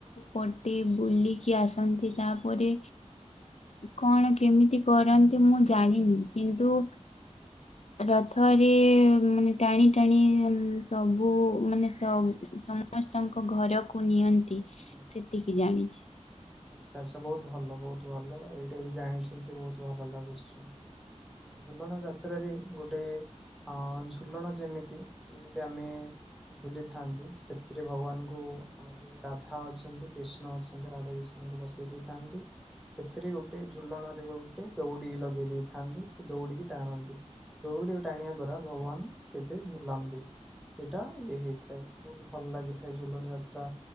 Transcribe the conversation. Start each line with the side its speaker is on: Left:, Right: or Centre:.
Left: ପଟେ ବୁଲିକି ଆସନ୍ତି ତାପରେ। କଣ କେମିତି କରାନ୍ତି ମୁଁ ଜାଣିନି କିନ୍ତୁ
Centre: ଆଚ୍ଛା।
Left: ରଥରେ ମାନେ ଟାଣି ଟାଣି ସବୁ ମାନେ ସ-ସମସ୍ତଙ୍କ ଘରକୁ ନିଅନ୍ତି।
Centre: ହୁଁ ହୁଁ।
Left: ସେତିକି ଜାଣିଚି।
Centre: ଆଚ୍ଛା ଆଚ୍ଛା ବହୁତ୍ ଭଲ ବହୁତ୍ ଭଲ‌। ଏଇଟା ବି ଜାଣିଚନ୍ତି ବହୁତ୍ ଭଲ ଲାଗୁଚି ଶୁଣିକି। ଝୁଲଣ ଯାତ୍ରାରେ ଗୋଟେ ଅ ଝୁଲଣ ଯେମିତି ଯେମିତି ଆମେ ଝୁଲିଥାନ୍ତି ସେଥିରେ ଭଗବାନଙ୍କୁ ଆମ ଯୋଉ ରାଧା ଅଛନ୍ତି କ୍ରିଷ୍ଣ ଅଛନ୍ତି ରାଧା କ୍ରିଷ୍ଣଙ୍କୁ ବସେଇ ଦେଇଥାନ୍ତି। ସେଥିରେ ଗୋଟେ ଝୁଲଣରେ ଗୋଟେ ଦଉଡିି ଲଗେଇ ଦେଇଥାନ୍ତି ସେ ଦଉଡିକି ଟାଣନ୍ତି। ଦଉଡି କୁ ଟାଣିବା ଦ୍ଵାରା ଭଗବାନ ସେଇଥେ ଝୁଲନ୍ତି। ସେଇଟା ଇଏ ହେଇଥାଏ। ବହୁତ ଭଲ ଲାଗିଥାଏ ଝୁଲଣ ଯାତ୍ରା।